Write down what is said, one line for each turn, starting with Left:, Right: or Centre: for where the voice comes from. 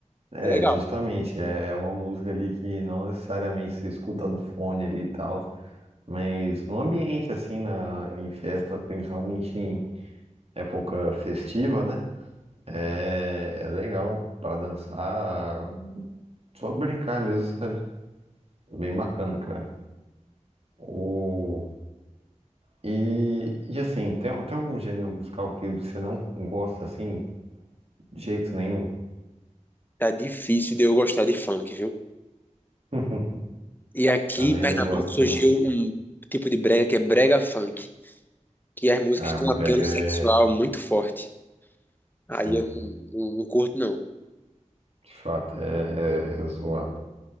Right: é
Left: É legal.
Right: justamente, é uma música ali que não necessariamente se escuta no fone ali e tal, mas no ambiente assim, na, em festa, principalmente em época festiva, né? É, é legal pra dançar, só brincar mesmo, sabe? Bem bacana, cara. O, e, e assim, tem, tem algum gênero musical que você não gosta assim, de jeito nenhum?
Left: Tá difícil de eu gostar de funk, viu?
Right: <laughs>
Left: E aqui
Right: Também
Left: em Pernambuco
Right: não gosta,
Left: surgiu
Right: não.
Left: um tipo de brega que é brega funk. que as músicas
Right: Ah,
Left: têm
Right: brega
Left: um apelo sexual
Right: é,
Left: muito forte. Aí
Right: sim.
Left: eu não, não- não curto, não.
Right: De fato, é, é, é zoado.